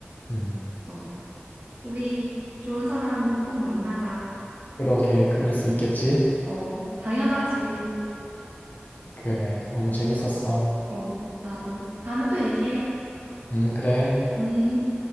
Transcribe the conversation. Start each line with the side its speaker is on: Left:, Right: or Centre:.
Left: 음.
Right: 어, 우리 좋은 사람 꼭 만나자.
Left: 그러게 그럴 수 있겠지.
Right: 어, 당연하지.
Left: 그래. 오늘 재밌었어.
Right: 어, 나도. 다음에 또 얘기해.
Left: 음, 그래.
Right: 음.